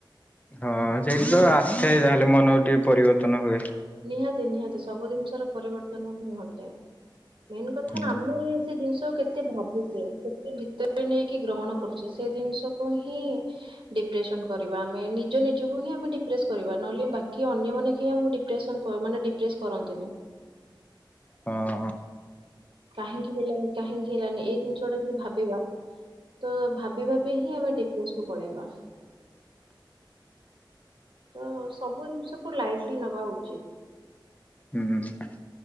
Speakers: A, on the left; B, on the right.
A: ହଁ ସେଇଠି ତ ଆସିଥାଏ ତାହେଲେ ମନକୁ ଟିକେ ପରିବର୍ତ୍ତନ ହୁଏ।
B: ନିହାତି ନିହାତି ସବୁ ଦିନ୍ସର ପରିବର୍ତ୍ତନ ହିଁ ଘଟେ। ମେନ୍ କଥା
A: ହୁଁ।
B: ଆମେ ସେ ଦିନ୍ସକୁ କେତେ ଭାବୁଚେ କେତେ ଭିତେ <unintelligible> ନେଇକି ଗ୍ରହଣ କରୁଚେ ଦିନ୍ସକୁ ହିଁ ଡିପ୍ରେସନ କରିବା ଆମେ ନିଜ ନିଜକୁ ହିଁ ଆମେ ଡିପ୍ରେସ କରିବା ନହେଲେ ବାକି ଅନ୍ୟ ମାନେ କେହି ଆମୁକୁ ଡି ପ୍ରେସନ କ ମାନେ ଡିପ୍ରେସ କରନ୍ତିନି।
A: ହଁ।
B: କାହିଁକି ହେଲାନି କାହିଁକି ହେଲାନି ଏଇ ଦିନ୍ସଟା ଯଦି ଭାବିବା ତ ଭାବି ଭାବି ହିଁ ଆମେ ଡିପ୍ରେସ କୁୁ ପଳେଇବା। ତ ସବୁ ଦିନ୍ସକୁ ଲାଇଟ୍ଲୀ ନବା ଉଚିତ୍।
A: ହୁଁ ହୁଁ <unintelligible>